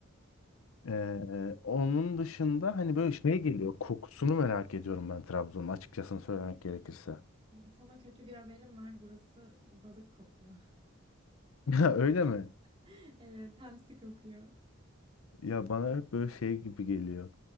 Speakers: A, on the left; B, on the right.
A: Ee, onun dışında hani böyle şey geliyor. Kokusunu merak ediyorum ben Trabzon'un açıkçası söylemek gerekirse.
B: Sana kötü bir haberim var. Burası balık kokuyor.
A: <laughs> Ya öyle mi?
B: <laughs> Evet, hamsi kokuyor.
A: Ya bana hep böyle şey gibi geliyor.